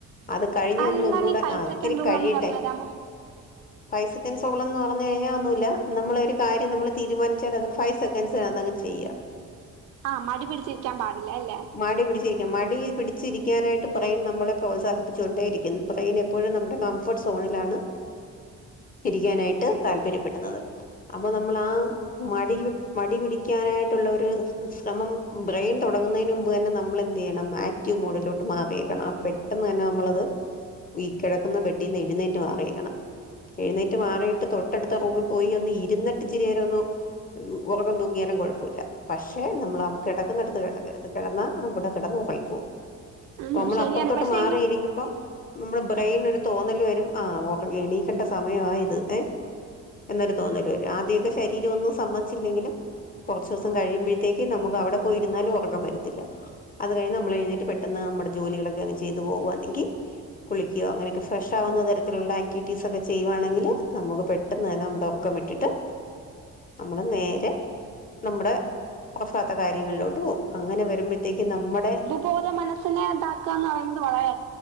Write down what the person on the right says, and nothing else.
എന്താണ്
ഈ ഫൈവ്
സെക്കൻഡ്
റൂൾ
ഒന്ന് പറഞ്ഞ് തരാമോ
അഹ് മടി പിടിച്ചിരിക്കാൻ പാടില്ല അല്ലേ
ഉം
ശരിയാണ്
പക്ഷെ
എങ്കിൽ
പോതെ മനസ്സിനെ ഇതാക്കാന്ന് പറയുന്നത് വളരെ